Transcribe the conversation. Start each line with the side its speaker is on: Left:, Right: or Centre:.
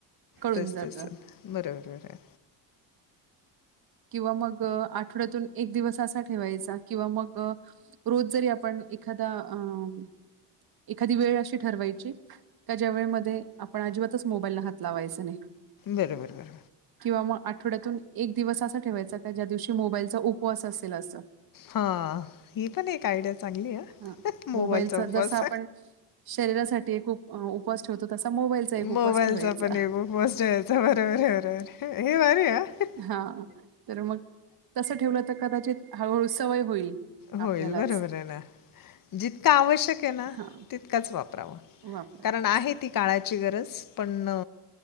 Right: कळून
Left: तेच
Right: जातं
Left: तेच बरोबर बराय.
Right: किंवा मग आठवड्यातून एक दिवस असा ठेवायचा किंवा मग रोज जरी आपण एखादा अं एखादी वेळ अशी ठरवायची? का ज्या वेळेमध्ये आपण अजिबातच मोबाईलला हात लावायचं नाही.
Left: बरं बरं बर.
Right: किंवा मग आठवड्यातून एक दिवस असा ठेवायचा का ज्या दिवशी मोबाईलचा उपवास असेल असं.
Left: हा ही पण एक आयडिया चांगली य
Right: हा
Left: ह मोबाईल
Right: मोबाईलचा
Left: चा उपवास.
Right: जसा आपण शरीरासाठी एक उप उपवास ठेवतो तसा मोबाईलचा एक उपवास
Left: मोबाईलचा
Right: ठेवायचा
Left: पण एक उपवास ठेवायचा. बरबर बरेबर हे भारीय ह.
Right: हा तर मग तसं ठेवलं तर कदाचित हळूहळू सवय होईल.
Left: होईल
Right: आपल्यालाच
Left: बरोबर आहे ना? जितका आवश्यक आहे ना
Right: हा
Left: तितकाच वापरावा.
Right: वापरायच
Left: कारण आहे
Right: असं
Left: ती काळाची गरज पण अ